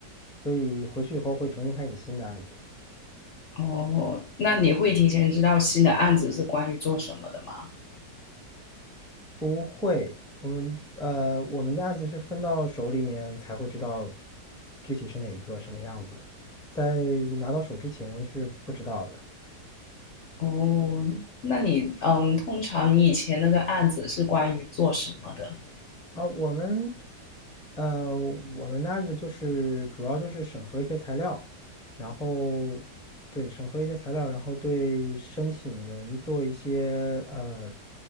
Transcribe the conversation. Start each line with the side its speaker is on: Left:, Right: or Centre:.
Centre: 所以回去以后会重新开始新的案子。
Left: 哦，那你会提前知道新的案子是关于做什么的吗？
Centre: 不会，我们呃，我们的案子是分到手里面才会知道具体是哪一个什么样子，在拿到手之前是不知道的。
Left: 哦，那你嗯，通常你以前那个案子是关于做什么的？
Centre: 啊，我们呃，我们的案子就是主要就是审核一些材料，然后对审核一些材料，然后对申请人做一些呃，